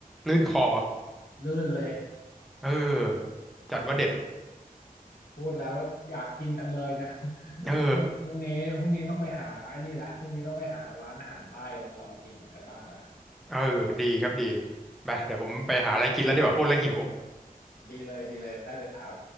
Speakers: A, in the centre; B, on the left.
A: ลื่นคอ
B: ลื่นเลย
A: เออ
B: เออ
A: จัดว่าเด็ด
B: พูดแล้วว่าอยากกินจังเลยเนี่ย <laughs>
A: เออ
B: ต้องพรุ่งนี้พรุ่งนี้ต้องไปหาไอันนี้ละพรุ่งนี้ต้องไปหาร้านอาหารใต้มาลองกินกันบ้างละ
A: เออดีครับดี
B: เออ
A: ไปเดี๋ยวผมไปหาอะไรกินแล้วดีกว่าพูดแล้วหิว
B: ไปดีเลยดีเลยได้เลยครับ